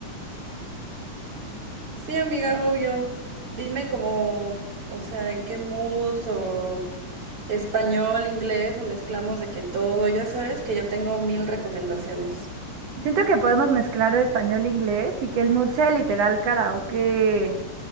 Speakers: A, on the right; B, on the right.
A: Sí, amiga, obvio. Dime cómo, o sea, en qué mood o español, inglés o mezclamos de que todo. Ya sabes que yo tengo mil recomendaciones.
B: Siento que podemos mezclar de español e inglés y que el mood sea literal karaoke.